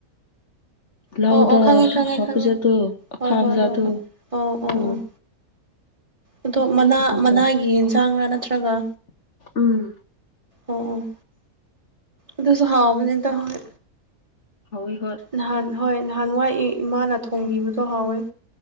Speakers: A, on the left; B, on the right.
A: ꯂꯧꯗ
B: ꯑꯣ ꯑꯣ ꯈꯪꯉꯦ ꯈꯪꯉꯦ
A: ꯍꯥꯄꯖꯥꯠꯗꯨ
B: ꯈꯪꯉꯦ
A: ꯑꯈꯥꯕꯖꯥꯗꯣ
B: ꯍꯣꯏ ꯍꯣꯏ ꯍꯣꯏ ꯍꯣꯏ ꯑꯣ ꯑꯣ
A: ꯎꯝ
B: ꯑꯣ ꯑꯗꯣ ꯃꯅꯥ
A: ꯑꯗꯨ
B: ꯃꯅꯥꯒꯤ
A: ꯆꯥꯏ
B: ꯌꯦꯟꯁꯥꯡꯔꯥ ꯅꯠꯇ꯭ꯔꯒ
A: ꯎꯝ
B: ꯑꯣ ꯑꯗꯨꯁꯨ ꯍꯥꯎꯕꯅꯤꯗ ꯍꯣꯏ
A: ꯍꯣꯏ ꯍꯣꯏ
B: ꯅꯍꯥꯟ ꯍꯣꯏ ꯅꯍꯥꯟ ꯋꯥꯏ ꯏꯃꯥꯅ ꯊꯣꯡꯕꯤꯕꯗꯣ ꯍꯥꯎꯋꯦ